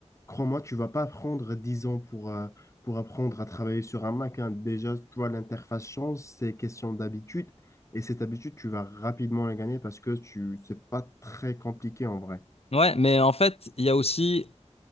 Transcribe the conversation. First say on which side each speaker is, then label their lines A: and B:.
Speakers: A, on the left (about 25°); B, on the left (about 55°).
A: crois-moi, tu vas pas prendre 10 ans pour, euh, pour apprendre à travailler sur un Mac. hein. Déjà, tu vois, l'interface change, c'est question d'habitude. Et cette habitude, tu vas rapidement la gagner parce que tu, c'est pas très compliqué en vrai.
B: Ouais, mais en fait, il y a aussi,